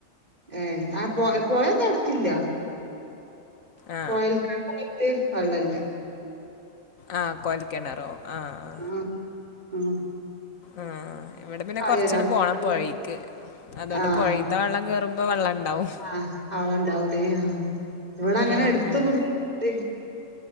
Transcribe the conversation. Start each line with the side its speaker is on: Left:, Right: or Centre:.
Right: ഏ ആഹ് പോ പോയന്നും അടുത്തില്ല
Left: ആ
Right: കൊയൽ <inaudible> വെള്ളല്ല
Left: ആഹ് കൊഴൽക്കിണറോ ആഹ്
Right: ആഹ് ആഹ്
Left: ആഹ് ഇവിടെ പിന്നെ
Right: ആയോ
Left: കൊറച്ചണ്
Right: രാത്രി
Left: പോണം
Right: വെള്ളം
Left: പുഴേക്ക് അതുകൊണ്ട്
Right: ആഹ്
Left: പുഴ ത്ത വെള്ളം കയറുമോൾ വെള്ളംണ്ടാവും
Right: ആഹ് ആളുണ്ടാവൂലേ ആഹ് ഇവിടെ അങ്ങനെ
Left: ഉം.
Right: എടുത്തൊന്നും ണ്ടേ